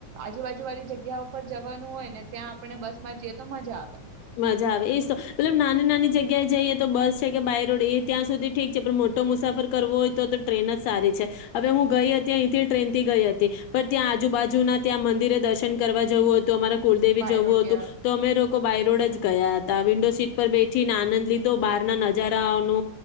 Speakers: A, on the right (about 70°); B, on the left (about 75°).
A: આજુબાજુ વાળી જગ્યા ઉપર જવાનું હોય ને ત્યાં આપણને બસ માં જઈએ તો મજા આવે.
B: મજા આવે એ તો મતલબ નાની-નાની જગ્યાએ જઈએ તો બસ છે કે બાય રોડ એ ત્યાં સુધી ઠીક છે પણ મોટો મુસાફર કરવો હોય તો તો ટ્રેન જ સારી છે હવે હું ગઈ હતી અહીંથી ટ્રેન થી ગઈ હતી પણ ત્યાં આજુબાજુના ત્યાં મંદિરે દર્શન કરવા જવું હતું અમારે કુલદેવી
A: બાય
B: જવું
A: રોડ
B: હતું
A: ગયા.
B: તો અમે લોકો બાય ગયા હતા વિન્ડો સીટ પર બેઠીને આનંદ લીધો બારના નજારાઓનુ